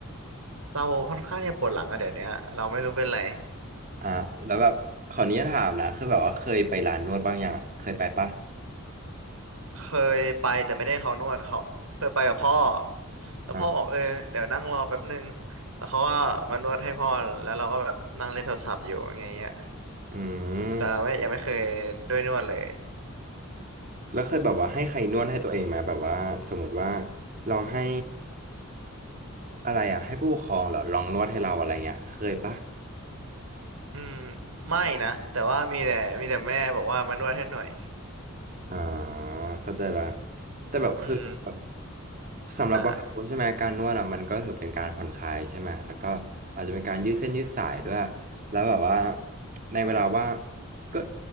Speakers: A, on the right (about 85°); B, on the right (about 40°).
A: เราค่อนข้างที่จะปวดหลังอะเดี๋ยวเนี้ยเราไม่รู้เป็นไร
B: อ่าแล้วแบบขออนุญาตถามนะคือแบบว่าเคยไปร้านนวดบ้างยังอะเคยไปปะ
A: เคยไปแต่ไม่ได้เขานวดเขาเคยไปกับพ่อแล้วพ่อบอกเออเดี๋ยวนั่งรอแป๊บนึง
B: อ่า
A: แล้วเขาก็มานวดให้พ่อแล้วเราก็แบบนั่งเล่นโทรศัพท์อยู่อย่างเงี้ย
B: อืม
A: แต่เราไม่ยังไม่เคยด้วยนวดเลย
B: แล้วเคยแบบว่าให้ใครนวดให้ตัวเองไหมแบบว่าสมมติว่าลองให้อะไรอ่ะให้ผู้ปกครองเหรอลองนวดให้เราอะไรเงี้ยเคยปะ
A: อืมไม่นะแต่ว่ามีแต่มีแต่แม่บอกว่ามานวดให้หน่อย
B: อ่าเข้าใจละ
A: <laughs>
B: แต่แบบคือแบบ
A: อืม
B: สำหรับบางคนใช่ไหมการนวดอ่ะมันก็ถือเป็นการผ่อนคลายใช่ไหมแล้วก็อาจจะเป็นการยืดเส้นยืดสายด้วย
A: อ่า
B: แล้วแบบว่าในเวลาว่างก็